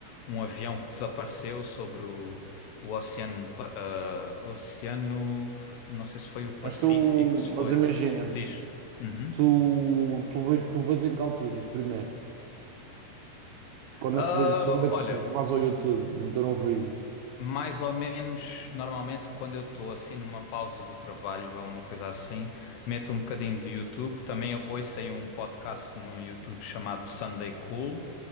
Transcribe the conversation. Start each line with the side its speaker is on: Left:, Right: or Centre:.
Left: um avião que desapareceu, sobre o, o oceano, Pa- ah, o oceano, não sei se foi o Pacífico,
Right: Mas tu,
Left: se foi.
Right: mas imagina-me,
Left: Diz. Uhum.
Right: tu, tu, vês, tu vês em que alturas primeiro? Quando
Left: Ah,
Right: é que, vês- quando é
Left: olha,
Right: que vais ao YouTube meter um vídeo?
Left: Mais ou menos, normalmente, quando eu estou assim numa pausa do trabalho ou uma coisa assim, meto um bocadinho de YouTube. Também eu ouço aí um podcast no YouTube chamado Sunday Cool.